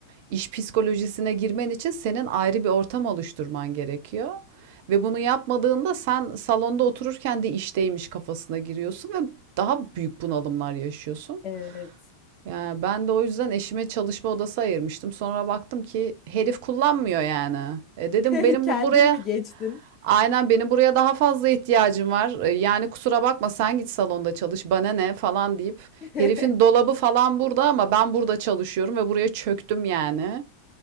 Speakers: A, on the right; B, on the left.
A: İş psikolojisine girmen için senin ayrı bir ortam oluşturman gerekiyor. Ve bunu yapmadığında sen salonda otururken de işteymiş kafasına giriyorsun ve daha büyük bunalımlar yaşıyorsun.
B: Evet.
A: Yani ben de o yüzden eşime çalışma odası ayırmıştım. Sonra baktım ki herif kullanmıyor yani. E dedim
B: <laughs>
A: benim
B: Kendin
A: bu- buraya
B: mi geçtin?
A: aynen benim buraya daha fazla ihtiyacım var. E yani kusura bakma sen git salonda çalış bana ne falan deyip
B: <laughs>
A: herifin dolabı falan burada ama ben burada çalışıyorum ve buraya çöktüm yani.